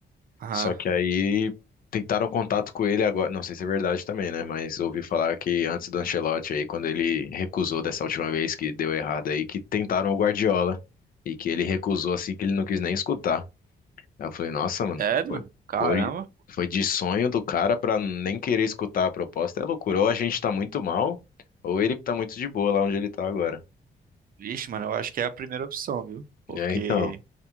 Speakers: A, on the right (about 55°); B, on the left (about 55°).
A: Aham.
B: Só que aí tentaram contato com ele agora, não sei se é verdade também, né? Mas ouvi falar que antes do Ancelotti aí, quando ele recusou dessa última vez que deu errado aí, que tentaram o Guardiola e que ele recusou assim que ele não quis nem escutar. Aí eu falei, nossa, mano,
A: Sério?
B: foi,
A: Caramba.
B: foi, foi de sonho do cara pra nem querer escutar a proposta. É loucura, ou a gente tá muito mal, ou ele que tá muito de boa lá onde ele tá agora.
A: Vixe, mano, eu acho que é a primeira opção, viu? Porque
B: E aí, então,